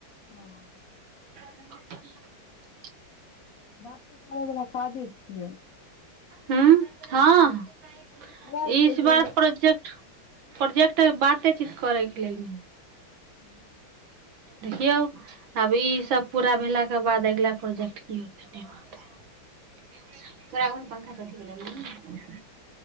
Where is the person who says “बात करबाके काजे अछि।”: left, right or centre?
Left